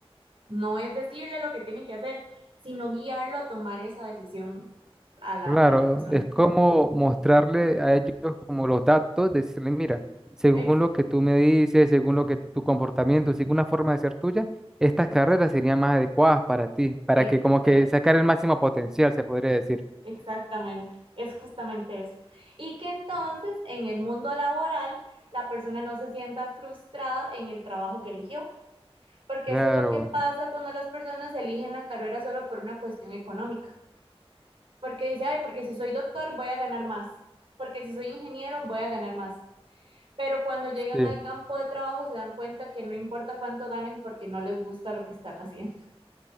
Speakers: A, on the right (about 60°); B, in the centre.
A: No es decirle lo que tiene que hacer, sino guiarlo a tomar esa decisión a la,
B: Claro,
A: a la persona.
B: es como mostrarle a ellos como los datos, decirle, mira, según
A: Ex-
B: lo que tú me dices, según lo que tu comportamiento, según una forma de ser tuya, estas carreras serían más adecuadas para ti, para
A: exact-
B: que como que sacar el máximo potencial, se podría decir.
A: exactamente. Es justamente eso. Y que entonces en el mundo laboral la persona no se sienta frustrada en el trabajo que eligió. Porque
B: Claro,
A: eso es lo que pasa cuando las personas eligen la carrera solo por una cuestión económica. Porque dice, ay, porque si soy doctor voy a ganar más. Porque si soy ingeniero voy a ganar más. Pero cuando llegan
B: sí.
A: al campo de trabajo se dan cuenta que no importa cuánto ganen porque no les gusta lo que están haciendo.